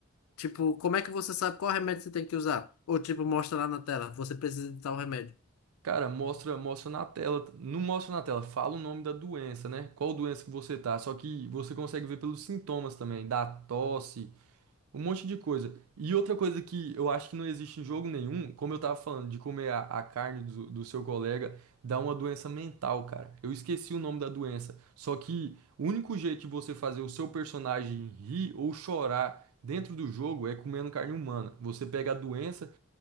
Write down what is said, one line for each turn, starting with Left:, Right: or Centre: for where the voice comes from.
Left: tipo, como é que você sabe qual remédio você tem que usar? Ou, tipo, mostra lá na tela, você precisa de tal remédio.
Right: Cara, mostra, mostra na tela. Não mostra na tela, fala o nome da doença, né? Qual doença que você tá. Só que você consegue ver pelos sintomas também, da tosse, um monte de coisa. E outra coisa que eu acho que não existe em jogo nenhum, como eu tava falando, de comer a, a carne do, do seu colega, dá uma doença mental, cara. Eu esqueci o nome da doença. Só que o único jeito de você fazer o seu personagem rir ou chorar dentro do jogo é comendo carne humana. Você pega a doença